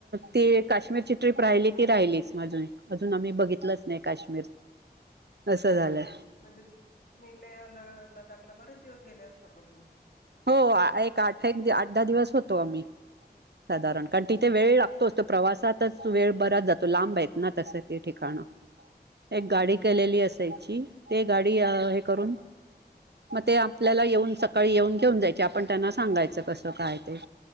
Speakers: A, on the right; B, on the left.
A: ते काश्मीरची ट्रिप राहिली ती राहिलीच माजून अजून आम्ही बघितलंच नाही काश्मीर.. असं झालंय
B: हम् म्हणजे तुम्ही लला दाखला बरेच दिवस गेले असणार मग तुम्ही.
A: हो एक आठ एक आठ दहा दिवस होतो आम्ही.. साधारण कारण
B: हो
A: तिथे वेळ
B: का
A: लागतो असतो प्रवास.. वेळ बराच जातो लांब आहेत ना तस ते ठिकाण.. एक गाडी केलेली
B: हं
A: असायची ते गाडी हे करून..
B: हां हां
A: मग ते आपल्याला येऊन सकाळी येऊन. ठेऊन जायची आपण त्यांना सांगायचं कसं काय ते